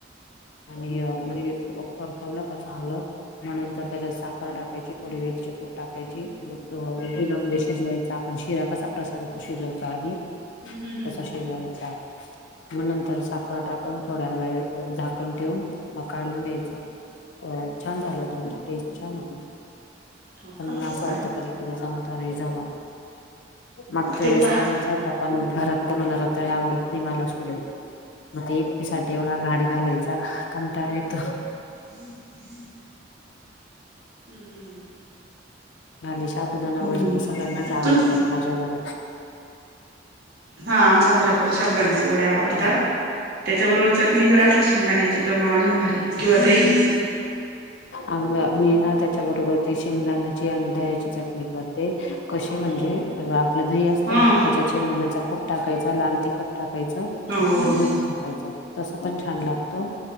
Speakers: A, on the left; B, on the right.
A: आणि मग हे परतवलं का चांगलं मग नंतर त्याच्यात साखर टाकायची थोडी वेलची पूट टाकायची. दुधामध्ये शिजवायचा आपण शिरा कसा प्रसादाचा शिजव आधी,
B: हं हं हं
A: तसा
B: हं
A: शिजवायचा मग नं तर साखर टाकून. थोडा वेळ झाकण ठेवून मग काढून घ्यायचं. तर छान झालं होता. म्हणजे टेस्ट छान होती.
B: हो
A: पण
B: का
A: मग असं वाटतं,
B: अरे
A: कधी कधी जमतं नाही जमत. मागच्या
B: तेता
A: वेळेस करायचा होता, पण घरात कोणाला रताळे आवडत नाही मला सोडून मग ते एकटीसाठी एवढा घाठ घालायचा कंटाळा येतो.
B: <inaudible> हम्म हम
A: आणि साबूदाना वडे
B: हं
A: तर सगळ्यांनाच आवडतात
B: तुम
A: माझ्या घरात.
B: हा आमच्या घरात पण शाबुदाण्याचे वडे आवडतात.
A: हो
B: त्याच्याबरोबर चटणी जर असली शेंगदाण्याची तर मग अजून भारी किंवा दही
A: अ मी ना त्याच्याबरोबर ते शेंगदाण्याची आणि दह्याची चटणी कर ते. कशी म्हणजे आपलं दही असत
B: हा
A: ना, त्याच्या शेंगण्याचा कुट टाकायचा, लाल तिखट टाकायचं.
B: हो हो
A: आणि मीठ टाकायचं तस पण छान लागतं.